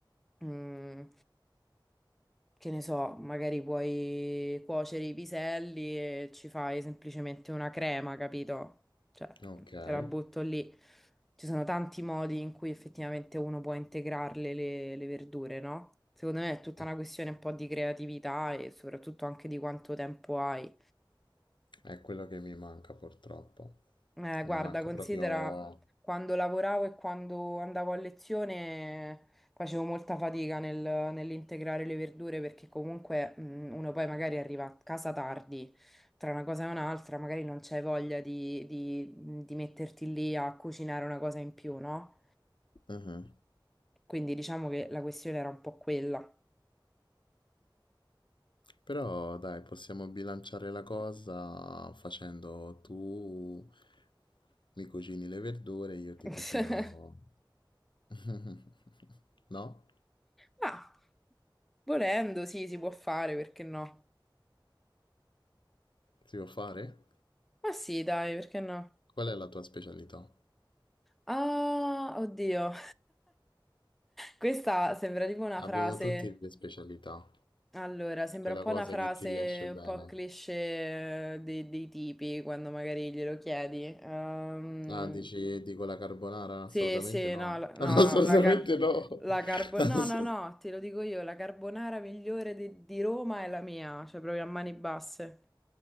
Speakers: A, in the centre; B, on the left (about 70°).
A: mm, che ne so, magari puoi cuocere i piselli e ci fai semplicemente una crema, capito? Cioè,
B: Okay.
A: te la butto lì. Ci sono tanti modi in cui effettivamente uno può integrarle le, le verdure, no? Secondo me è tutta
B: Mh,
A: una questione un po' di creatività e soprattutto anche di quanto tempo hai.
B: è quello che mi manca purtroppo.
A: Eh, guarda,
B: Mi manca
A: considera
B: proprio
A: quando lavoravo e quando andavo a lezione facevo molta fatica nel- nell'integrare le verdure perché comunque mh, uno poi magari arriva a casa tardi, tra una cosa e un'altra, magari non c'hai voglia di, di- di metterti lì a cucinare una cosa in più, no?
B: mh-mh.
A: Quindi diciamo che la questione era un po' quella.
B: Però dai, possiamo bilanciare la cosa facendo tu mi cucini le verdure, io ti
A: <laughs>
B: cucino... <laughs> No?
A: Ma volendo, sì, si può fare, perché no?
B: Si può fare?
A: Ma sì, dai, perché no?
B: Qual è la tua specialità?
A: Ah, oddio. Questa sembra tipo una
B: Abbiamo
A: frase.
B: tutti le specialità,
A: Allora, sembra
B: quella
A: un po'
B: cosa
A: una frase
B: che ti riesce bene.
A: un po' cliché eh, dei, dei tipi quando magari glielo chiedi. Ehm,
B: Ah, dici, dico la carbonara?
A: sì,
B: Assolutamente
A: sì,
B: no.
A: no, la-
B: <laughs> Assolutamente
A: no, la car-
B: no.
A: la carbo-
B: Ass-
A: no, no, no, te lo dico io, la carbonara migliore di, di Roma è la mia, cioè proprio a mani basse.